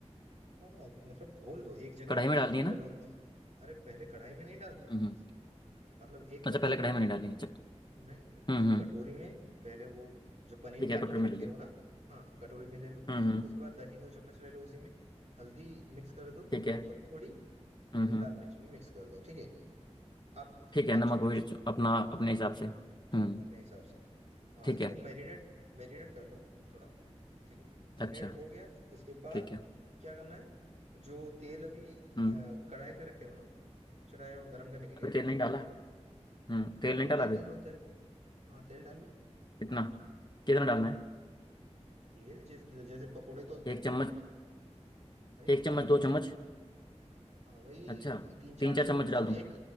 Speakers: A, on the right; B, on the left.
A: हाँ हाँ, मतलब घोल दो एक जगह
B: कढ़ाई में
A: पे
B: डालनी
A: एक
B: है ना
A: कटोरी अरे पहले कढ़ाई में नहीं डालनी है
B: हम्म हम्म,
A: मतलब एक
B: अच्छा
A: कटोरी
B: पहले कढ़ाई
A: में
B: में नहीं डालनी है अच्छा
A: नहीं नहीं नहीं,
B: हम्म
A: एक
B: हम्म
A: कटोरी में पहले वो जो पनीर
B: ठीक
A: काट
B: है कटोरी
A: के
B: में
A: रखे
B: ले लिया
A: हो ना हाँ कटोरी में ले लो
B: हम्म हम्म
A: उसके बाद दही दो चम्मच ले लो उसी में हल्दी मिक्स कर दो
B: ठीक है
A: और थोड़ी
B: हम्म
A: थोड़ी
B: हम्म
A: लाल मिर्च भी मिक्स कर दो ठीक है हाफ
B: ठीक है
A: हाफ
B: नमक
A: चम्मच
B: मिर्च अपना अपने हिसाब
A: हाँ
B: से हम्म
A: अपने हिसाब से हाँ
B: ठीक
A: इसको
B: है
A: मैरिनेट मैरिनेट कर लो थोड़ा ठीक है
B: अच्छा
A: मैरिनेट हो गया उसके बाद
B: ठीक है
A: क्या करना है जो तेल अभी अ,
B: हम्म
A: कढ़ाई पे रखे हो ना चढ़ाए हो गर्म करने के लिए
B: अभी
A: वो-
B: तेल नहीं डाला हम्म तेल
A: हाँ
B: नहीं डाला
A: तेल
B: अभी
A: डालो तेल हाँ तेल डालो
B: कितना कितना डालना है
A: तेल जिस जैसे पकोड़े तोलते
B: एक
A: हो
B: चम्मच
A: ना अरे
B: एक
A: इतना
B: चम्मच
A: कम
B: दो
A: भी नहीं
B: चम्मच
A: हाँ, वही
B: अच्छा
A: तीन चार
B: तीन चार
A: चम्मच
B: चम्मच
A: हाँ
B: डाल दूँ
A: एक